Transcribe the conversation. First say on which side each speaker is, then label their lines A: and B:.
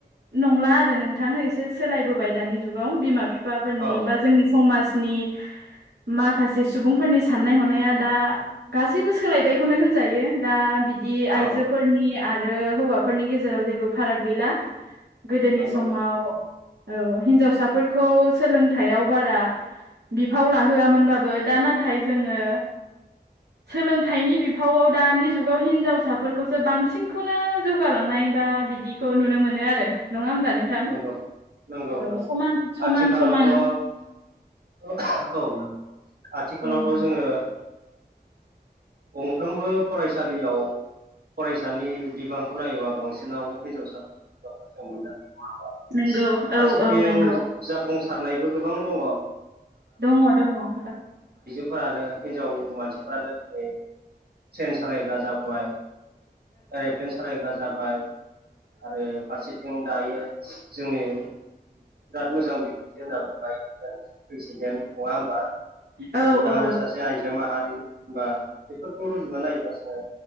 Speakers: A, on the right; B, on the right.
A: नंला आरो नोंथां एसे सोलायबोबाय दानि जुगाव बिमा फि फाफोरनि
B: औ
A: बा जोंनि समाजनि माखास से सुबुंफोरनि साननाय हनाया दा गासैबो सोलायबायखौनो होनजायो दा बि दि आइजोफोरनि
B: औ
A: आरो हौवाफोरनि गेजेराव जेबो फाराग गैला। गोदोनि
B: नंगौ
A: समाव
B: नंगौ
A: औ हिन्जावसाफोरखौ सोलोंथायाव बारा बिफाव लाहोआमोनबाबो दा नाथाय जोङो सोलोंथाइनि बिफावआव दानि जुगाव हिनजावसाफोरखौसो बांसिनखौनो जौ गालांनाय बा बिदिखौ नुनो मोनो आरो। नङा होमबा नोंथां?
B: नंगौ
A: औ
B: नंगौ
A: समान समान
B: आथिखालावथ'
A: समान।
B: औ औ आथिखालावथ'
A: उम
B: जोङो गंफ्रोमबो फरायसालियाव फरायसानि बिबांखौ नायोबा बांसिनाव हिनजावसाफोरखौ जों मोननो‌हायो। नङा होमबा?
A: नंगौ
B: फारसेथिं
A: औ औ नंगौ
B: जाफुंसारनायबो गोबां दङ।
A: दङ दङ औ।
B: फोरानो हिनजाव मानसिफोरानो दिनै ट्रेन सालायग्रा जाबाय एर'प्लेन सालायग्रा जाबाय आरो फारसे जों दायो जोंनि <unintelligible>
A: औ
B: बिथाङानो
A: औ
B: सासे आइजो माहारि बा बेफोरखौ रुजुना नायोबा जोङो